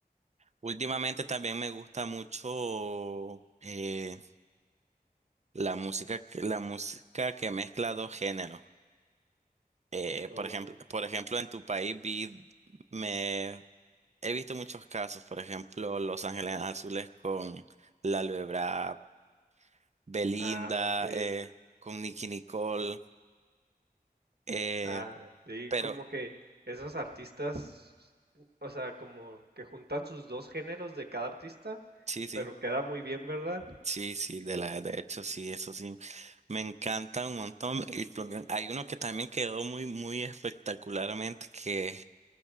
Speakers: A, on the right; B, on the right.
A: últimamente también me gusta mucho eh, la música, que- la música que mezcla dos géneros. Eh,
B: Oh,
A: por ejemplo, por ejemplo, en tu país vi, me He visto muchos casos, por ejemplo, Los Ángeles Azules con la Lebra, Belinda,
B: ah, ok.
A: eh, con Nicki Nicole, eh,
B: Ah, sí,
A: pero
B: como que esos artistas, o sea, como que juntan sus dos géneros de cada artista,
A: sí, sí,
B: pero queda muy bien, ¿verdad?
A: sí, sí, de la, de hecho, sí, eso sí, me encanta un montón. Y también hay uno que también quedó muy, muy espectacularmente, que